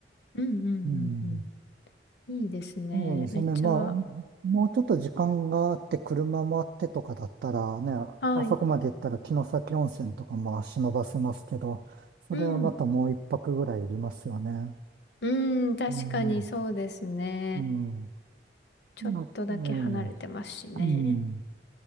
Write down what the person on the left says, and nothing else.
うんうんうん
うん。いいですね。
めっちゃ、
はい。
うん。うん、確かにそうですね。
ちょっとだけ離れてますしね。